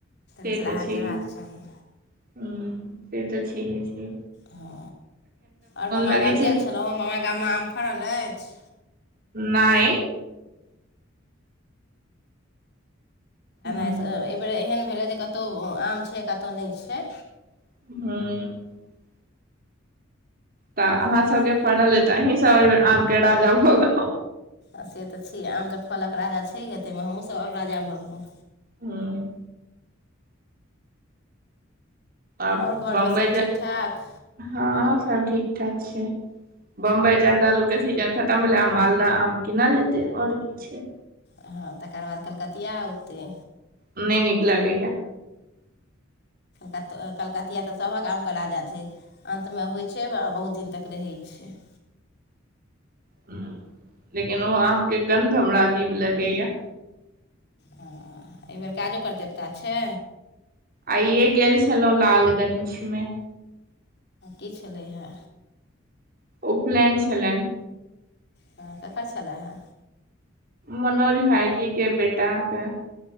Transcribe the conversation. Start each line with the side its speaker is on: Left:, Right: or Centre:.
Right: से
Left: मिथिला
Right: तऽ
Left: हाट
Right: छै
Left: जयबाक
Right: हे
Left: चाही
Right: से तऽ छै हे
Left: हँ आओर मामा
Right: लगै
Left: गाम
Right: छै
Left: गेल छलहुँ हेँ मामा गाममे आम फड़ल अछि
Right: नहि ह
Left: एहि बेर एहन कतहु आम छै कतहु ने छै
Right: हँ तऽ अहाँ
Left: से तऽ
Right: सभके फड़ल अ तऽ अहीं सब आम के राजा भऽ गेलहु
Left: आ से तऽ छी आम तऽ फलक राजा छै यए ताहिमे हमहूँसभ आओर राजा भऽ गेलहुँ
Right: हँ आ
Left: आओर घरमे
Right: बम्बई
Left: सभ
Right: जा
Left: ठीक ठाक
Right: हँ सब ठीकठाक छै बम्बई चदालूके सीजन खतम भेलै आम मालदह आम किनल जेतै आओर की छै
Left: हँ तकर बाद कलकतिया औते
Right: नहि नीक लागैया
Left: त <inaudible> कलकतिया तऽ सभक आमके राजा छै अन्तमे होइ छै बहुत दिन तक रहै छै <inaudible>
Right: हँ लेकिन ओ आम के गन्ध हमरा अजीब लगैया
Left: हँ एहि बेेर काजो कर देवता छै
Right: आइए गेल छलहुँ लालगंजमे
Left: की छलै हे
Right: उपलैन छलेनि
Left: हँ ककर छलय हे
Right: मनोज भाईजी के बेटा के